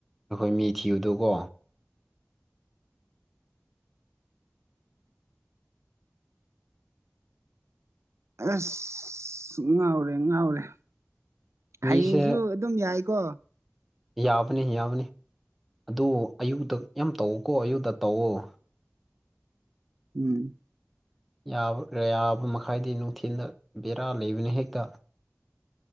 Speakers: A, in the centre; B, on the right.
A: ꯑꯩꯈꯣꯏ ꯃꯤ ꯊꯤꯕꯗꯨꯀꯣ
B: ꯑꯁ ꯉꯥꯎꯔꯦ ꯉꯥꯎꯔꯦ ꯍꯌꯦꯡꯖꯨ
A: ꯃꯤꯁꯦ
B: ꯑꯗꯨꯝ ꯌꯥꯏꯀꯣ
A: ꯌꯥꯕꯅꯤ ꯌꯥꯕꯅꯤ ꯑꯗꯨ ꯑꯌꯨꯛꯇ ꯌꯥꯝ ꯇꯧꯀꯣ ꯑꯌꯨꯛꯇ ꯇꯧꯑꯣ
B: ꯎꯝ
A: ꯌꯥꯕ ꯌꯥꯕ ꯃꯈꯥꯏꯗꯤ ꯅꯨꯡꯊꯤꯜꯗ ꯕꯦꯔꯥ ꯂꯩꯕꯅꯤ ꯍꯦꯛꯇ